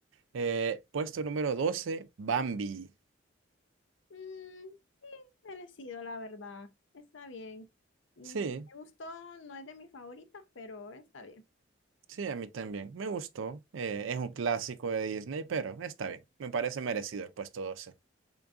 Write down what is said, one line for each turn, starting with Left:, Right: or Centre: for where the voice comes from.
Right: Eh, puesto número doce Bambi.
Left: Mm, sí, merecido, la verdad. Está bien. Mm,
Right: Sí,
Left: me gustó, no es de mis favoritas, pero está bien.
Right: sí, a mí también, me gustó, eh, es un clásico de Disney, pero está bien, me parece merecido el puesto doce